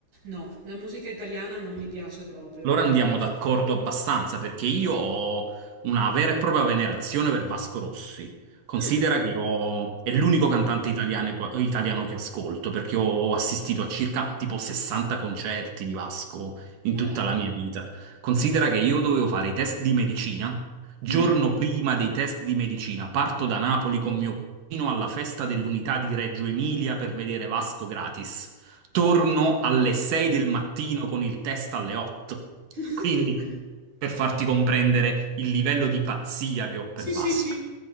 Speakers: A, on the right (about 70°); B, on the right (about 80°).
A: No, la musica italiana non mi piace proprio,
B: Allora
A: no.
B: andiamo d'accordo abbastanza perché io ho una vera e propria venerazione per Vasco Rossi. Considera
A: Mm,
B: che ho- è l'unico cantante italiano, italiano che ascolto perché ho assistito a circa tipo 60 concerti di Vasco in
A: ma
B: tutta
A: dai.
B: la mia vita. Considera che io dovevo fare i test di medicina. Giorno
A: Mhm.
B: prima dei test di medicina parto da Napoli con mio cugino alla festa dell'unità di Reggio Emilia per vedere Vasco gratis torno alle 6 del mattino con il test alle 8.
A: <laughs>
B: Quindi, per farti comprendere il livello di pazzia che ho
A: Sì,
B: per Vasco.
A: sì, sì.